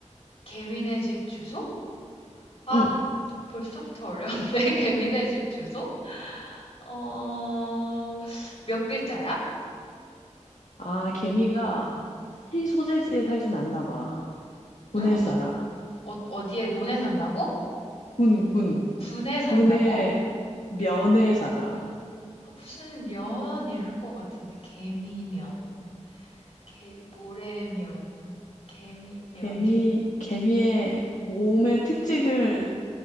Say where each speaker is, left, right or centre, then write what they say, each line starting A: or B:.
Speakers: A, on the left; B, on the left.
A: 개미네 집 주소? 아,
B: 응.
A: 벌써부터 어려운데? <laughs> 개미네 집 주소? 어, 몇 글자야?
B: 아, 개미가 시 소재지에 살진 않나 봐. 군에
A: 응? 어떤,
B: 살아.
A: 어, 어디에 논에 산다고?
B: 군, 군.
A: 군에 산다고?
B: 군의 면에 살아.
A: 아, 무슨 면 이럴 것 같은데. 개미면, 개, 모래면, 개미면.
B: 개미,
A: <laughs>
B: 개미의 몸의 특징을